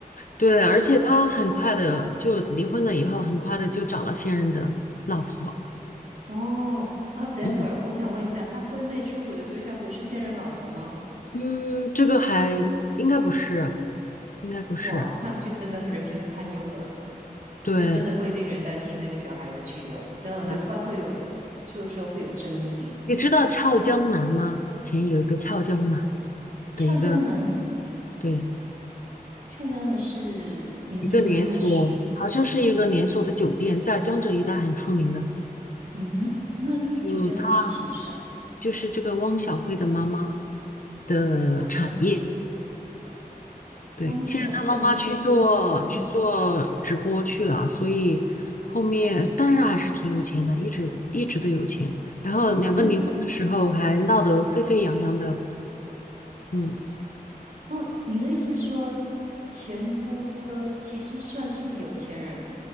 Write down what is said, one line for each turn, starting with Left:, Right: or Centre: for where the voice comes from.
Left: 对，而且他很快的就离婚了，以后很快的就找了现任的老婆。
Right: 哦，啊，等会儿我想问一下，
Left: 嗯
Right: 他婚内出轨的对象不是现任老婆吗？
Left: 嗯，这个还应该不是，应该不是。
Right: 哇，那就真的人品堪忧了诶，
Left: 对
Right: 就真的会令人担心那个小孩的去留，真的难怪会有，
Left: 对，
Right: 就是说会有争议。
Left: 你知道俏江南吗？以前有一个俏江南
Right: 俏江南，
Left: 的一个，对，
Right: 俏江南是明星吗？
Left: 一个连锁，
Right: 还是
Left: 好像是一个连锁的酒店，在江浙一带很出名的。
Right: 嗯哼？那酒店发生什么事啊？
Left: 就他就是这个汪小菲的妈妈的产业。
Right: 啊哈，
Left: 对，
Right: 汪小菲，
Left: 现在他妈啊妈去做去做直播去了，
Right: 嗯哼，
Left: 所以后面但是还是挺有钱的，一直一直都有钱。然后两个离婚的时候还闹得沸沸扬扬的，
Right: 诶，
Left: 嗯，
Right: 哦，你的意思是说前夫哥其实算是有钱人？